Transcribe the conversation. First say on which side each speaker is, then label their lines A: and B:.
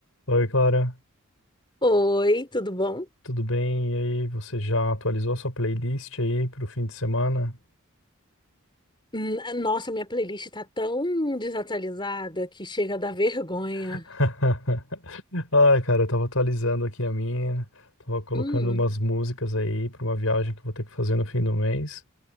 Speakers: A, on the left; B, on the left.
A: Oi, Clara,
B: Oi, tudo bom?
A: tudo bem? E aí, você já atualizou a sua playlist aí pro fim de semana?
B: Hum, Nossa, minha playlist tá tão desatualizada que chega a dar vergonha.
A: <laughs> Ai, cara, eu tava atualizando aqui a minha, tava colocando
B: Hum,
A: umas músicas aí pra uma viagem que eu vou ter que fazer no fim do mês.